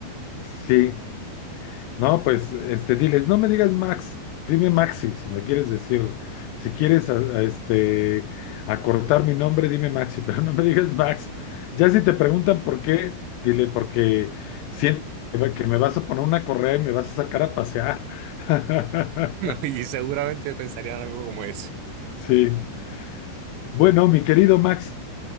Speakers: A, on the left; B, on the right.
A: sí. No, pues este, diles, no me digas Max, dime Maxi, si me quieres decir, si quieres a- a, este, acortar mi nombre, dime Maxi, <laughs> pero no me digas Max. Ya si te preguntan por qué, dile, porque siento que me que me vas a poner una correa y me vas a sacar a pasear. <laughs>
B: <laughs> ¿no? Y seguramente pensarían algo como eso.
A: Sí. Bueno, mi querido Maxi,